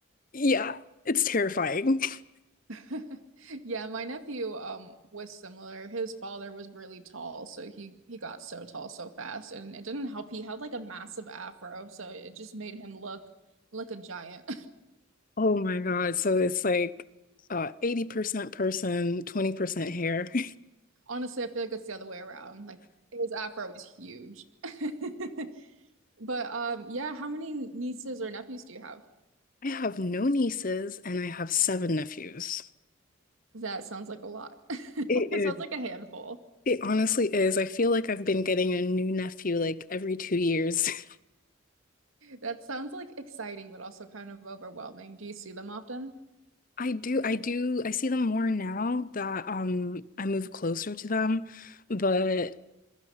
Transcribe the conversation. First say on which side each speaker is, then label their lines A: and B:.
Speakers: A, on the left (about 45°); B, on the right (about 85°).
A: Yeah, it's terrifying. <laughs>
B: <laughs> Yeah, my nephew um was similar. His father was really tall, so he he got so tall so fast and it didn't help. He had like a massive afro, so it just made him look like a giant.
A: Oh my God. So it's like uh, 80% person, 20% hair. <laughs>
B: <laughs> Honestly, I feel like it's the other way around. Like his afro was huge. <laughs> But um yeah, how many nieces or nephews do you have?
A: I have no nieces and I have seven nephews.
B: That sounds like a lot. <laughs>
A: It
B: It
A: is.
B: sounds like a handful.
A: It honestly is. I feel like I've been getting a new nephew like every two years. <laughs>
B: That sounds like exciting, but also kind of overwhelming. Do you see them often?
A: I do, I do, I see them more now that um I move closer to them, but